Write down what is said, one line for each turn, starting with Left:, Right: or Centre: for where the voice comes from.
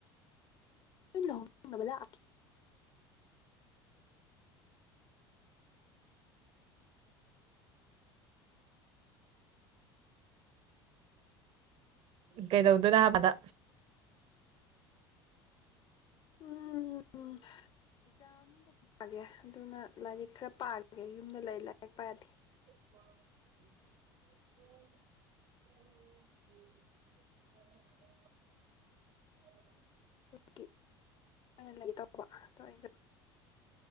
Left: ꯂꯍꯣꯡꯕꯗ
Right: ꯀꯩ ꯇꯧꯗꯅꯍ ꯃꯗꯥ
Left: ꯎꯝ ꯑꯦꯛꯖꯥꯝꯒꯨꯝꯦ ꯑꯗꯨꯅ ꯂꯥꯏꯔꯤꯛ ꯈꯔ ꯄꯥꯒ ꯅ ꯂꯩ ꯂꯛꯄꯗꯤꯦ
Right: ꯍ ꯎ <inaudible> <inaudible>
Left: ꯑꯗꯨꯒꯤ ꯂꯩꯒꯦ ꯇꯧꯕ ꯑ ꯑꯩꯁꯨ